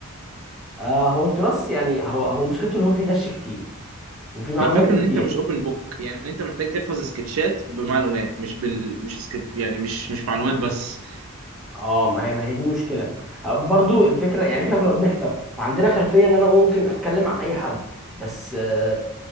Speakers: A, in the centre; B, on the right (about 65°).
A: آه هو التراث يعني هو هو مشكلته ان هو فيه دش كتير وفي معلومات
B: الفكره
A: كتير
B: ان انت مش اوبن بوك يعني انت محتاج تحفظ سكتشات بمعلومات مش بال مش سكت يعني مش مش معلومات بس
A: اه ما هي ما هي دي مشكله آه، برضو الفكره يعني احنا كنا بنحضر فعندنا خلفيه ان انا ممكن اتكلم عن اي حد بس آه،